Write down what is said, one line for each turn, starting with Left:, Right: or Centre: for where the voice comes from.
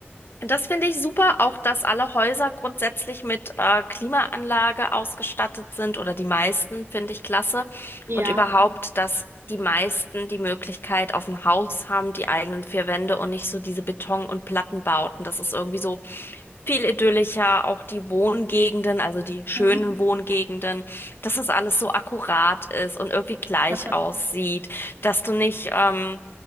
Left: Das finde ich super, auch dass alle Häuser grundsätzlich mit äh, Klimaanlage ausgestattet sind oder die meisten, finde ich klasse.
Right: Ja.
Left: Und überhaupt, dass die meisten die Möglichkeit auf ein Haus haben, die eigenen vier Wände und nicht so diese Beton- und Plattenbauten. Das ist irgendwie so viel idyllischer, auch die Wohngegenden, also die schönen
Right: Mhm.
Left: Wohngegenden, dass das alles so akkurat ist und irgendwie gleich
Right: <laughs>
Left: aussieht, dass du nicht, ähm,